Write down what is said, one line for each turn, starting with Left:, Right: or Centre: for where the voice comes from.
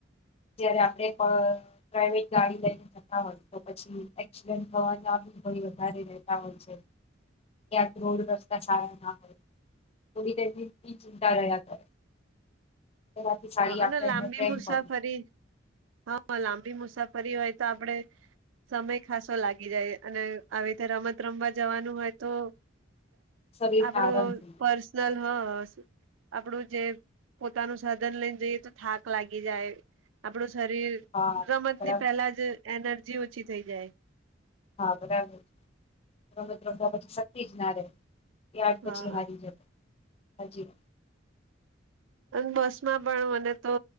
Left: જયારે આપડે પ્રાઈવેટ ગાડી લઈને. જતા હોય તો, પછી એક્સિડન્ટ થવાનો, આમ ભય વધારે રહેતા હોય છે. ક્યાંક રોડ, રસ્તા સારા ના હોય. થોડી તેથી ઈ ચિંતા રહ્યા કરે. તેનાથી સારી
Right: હા, અને
Left: આપણને
Right: લાંબી
Left: ટ્રેન
Right: મુસાફરી.
Left: પડી
Right: હા, લાંબી મુસાફરી હોય તો, આપડે સમય ખાસો લાગી જાય. અને આવી રીતે રમત રમવા જવાનું હોય તો.
Left: શરીરને
Right: આપડો
Left: આરામ થઈ જાય.
Right: પર્સનલ હહ આપણું જે પોતાનું સા ધન લઈને જઈએ તો થાક લાગી જાય. આપડું શરીર
Left: હા
Right: રમતની
Left: બરાબર
Right: પહેલા જ એનર્જી ઓછી થઈ જાય.
Left: હા બરાબર. રમત રમ્યા પછી શક્તિ જ ના રે એ આઠ પછી
Right: હા.
Left: હારી જાય. હજી
Right: બસમાં પણ મને તો